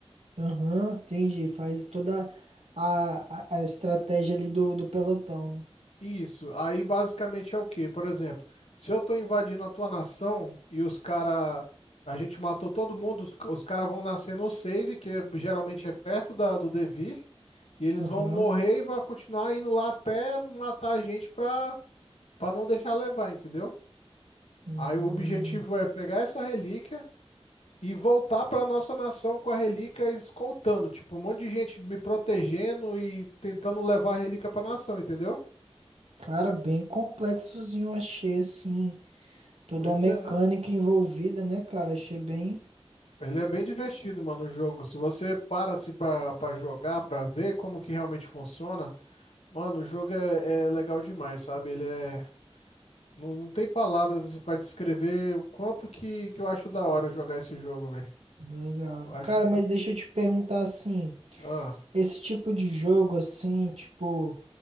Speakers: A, on the right; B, on the left.
A: Aham, entendi. Faz toda a, a, a estratégia ali do, do pelotão, né?
B: Isso. Aí basicamente é o quê? Por exemplo, se eu tô invadindo a tua nação e os cara, a gente matou todo mundo, os, os caras vão nascer no save, que é, geralmente é perto da, do Devir, e eles
A: Aham.
B: vão morrer e vão continuar indo lá até matar a gente pra, pra não deixar levar, entendeu?
A: Hum,
B: Aí o objetivo é pegar essa relíquia E voltar para nossa nação com a relíquia escoltando, tipo, um monte de gente me protegendo e tentando levar a relíquia para nação, entendeu?
A: cara, bem complexozinho, achei, assim. Toda
B: Pois
A: uma mecânica
B: é.
A: envolvida, né, cara? Achei bem
B: Ele é bem divertido, mano, o jogo. Se você para assim para para jogar, para ver como que realmente funciona, mano, o jogo é, é legal demais, sabe? Ele é não, não tem palavras assim, para descrever o quanto que, que eu acho da hora jogar esse jogo, velho.
A: legal.
B: Eu acho
A: Cara,
B: bu-
A: mas deixa eu te perguntar assim.
B: ah,
A: Esse tipo de jogo assim, tipo,